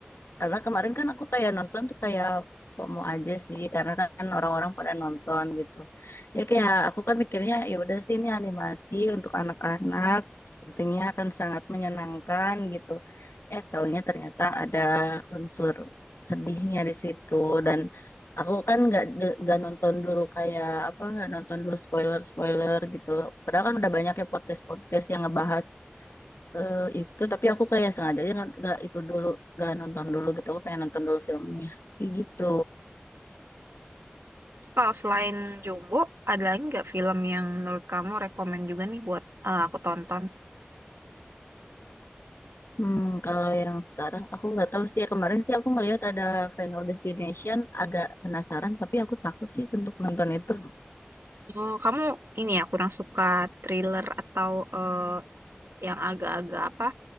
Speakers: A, on the left; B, on the right.
A: Karena kemarin kan aku kayak nonton tuh kayak FOMO aja sih, karena kan orang-orang pada nonton gitu. Ya kayak aku kan mikirnya ya udah sih ini animasi untuk anak-anak, sepertinya akan sangat menyenangkan gitu. Eh taunya ternyata ada unsur sedihnya di situ dan aku kan nggak de- nggak nonton dulu kayak apa nggak nonton dulu spoiler-spoiler gitu. Padahal kan udah banyak ya podcast-podcast yang ngebahas eh, itu tapi aku kayak sengaja aja nggak nggak itu dulu nggak nonton dulu gitu aku pengen nonton dulu filmnya kayak gitu
B: Kalau selain Jumbo, ada lagi nggak film yang menurut kamu rekomen juga nih buat eh, aku tonton?
A: hmm, kalau yang sekarang aku nggak tahu sih ya. kemarin sih aku melihat ada Final Destination agak penasaran tapi aku takut sih untuk nonton itu
B: Oh, kamu ini ya kurang suka thriller atau eh, yang agak-agak apa